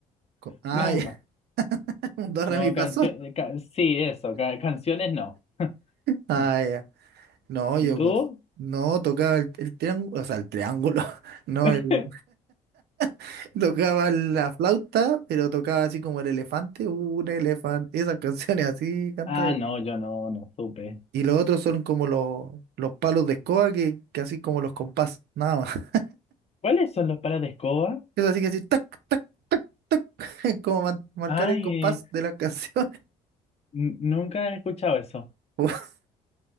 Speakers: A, on the right; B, on the left.
A: Co-
B: <laughs>
A: Ah,
B: Nada
A: ya,
B: más.
A: <laughs> un do, re,
B: No,
A: mi, fa,
B: canción.
A: sol.
B: sí, eso. ca- canciones no.
A: Ah,
B: Ah,
A: ya. No, yo
B: ¿Y tú?
A: con- no tocaba el, el triángulo, o sea, el triángulo, <laughs> no,
B: <laughs>
A: el- <laughs> tocaba la flauta, pero tocaba así como el elefante, un elefante, esas canciones así cantaba.
B: Ah,
A: yo.
B: no, yo no, no supe.
A: Y los otros son como los, los palos de escoba que, que así como los compás, nada más. <laughs>
B: ¿Cuáles son los palos de escoba?
A: Eso así que así, tac, tac, <laughs> como man- marcar
B: Ay,
A: el compás de la canción.
B: n- nunca he escuchado eso.
A: <laughs>